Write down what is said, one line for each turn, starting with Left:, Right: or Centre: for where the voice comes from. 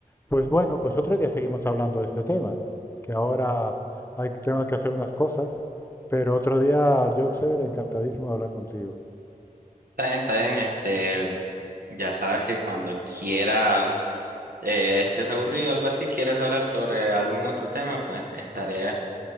Left: Pues bueno, pues otro día seguimos hablando de este tema, que ahora hay, tengo que hacer unas cosas, pero otro día, Joxer, encantadísimo de hablar contigo.
Right: Está bien, está bien, este, ya sabes que cuando quieras, eh, estés aburrido o algo así, quieres hablar sobre algún otro tema, pues estaré,